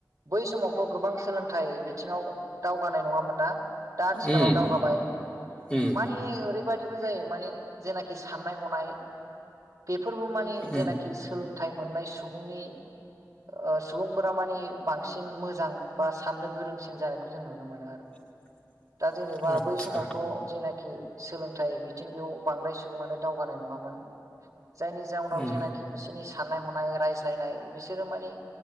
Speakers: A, on the right; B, on the left.
A: बै समावथ' गोबां सोलों थाय बिथिङाव दावगानाय नङामोन ना। दा आथिखालाव
B: उम
A: दावगाबाय
B: उम
A: माने ओरैबायदिबो जायो माने जेनाखि साननाय हनाय बेफोरबो माने
B: उम
A: जेनाखि सोलों थाय मोननाय सुबुंनि ओ सुबुंफोरा मानि बांसिन मोजां बा साननो गोरोंसिन जानायखौ जों नुनो मोनो आरो।
B: <unintelligible>
A: दा जेनेबा
B: आतसा
A: बै समावथ' जेनाखि सोलोंथाइ बिथिं बेयाव बांद्राय सुबुङानो दावगानाय नङामोन जायनि जाउनाव
B: उम
A: जेनाखि बिसिनि साननाय हनाय रायज्लायनाय बिसोरो मानि